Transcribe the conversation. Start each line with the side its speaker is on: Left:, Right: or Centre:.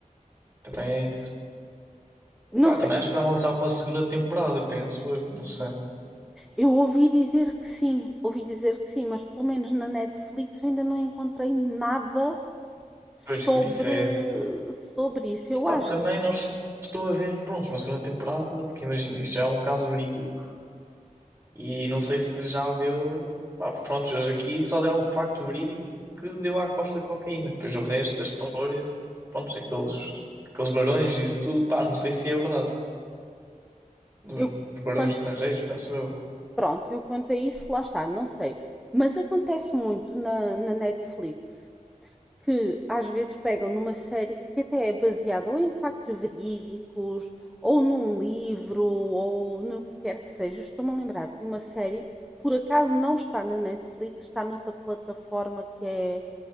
Right: também é isso.
Centre: Não
Right: E pá,
Centre: sei.
Right: também acho que vai lançar uma segunda temporada, penso eu, não sei.
Centre: Eu ouvi dizer que sim, ouvi dizer que sim, mas pelo menos na Netflix eu ainda não encontrei nada sobre,
Right: Pois que isso é.
Centre: sobre isso. Eu
Right: Pá,
Centre: acho
Right: também
Centre: que se-
Right: não estou a ver, pronto, uma segunda temporada, porque imagina, isto já é um caso verídico. E não sei se já deu. Pá, pronto, eles aqui só deram o facto verídico que deu à Costa cocaína. Depois o resto da história, pronto, aqueles, aqueles barões e isso tudo, pá, não sei se é verdade. Dos
Centre: eu
Right: barões
Centre: quanto,
Right: estrangeiros, penso eu.
Centre: pronto, eu quanto a isso, lá está, não sei. Mas acontece muito na, na Netflix. que às vezes pegam numa série que até é baseada ou em factos verídicos, ou num livro, ou no que quer que seja. Estou-me a lembrar de uma série, por acaso não está na Netflix, está noutra plataforma que é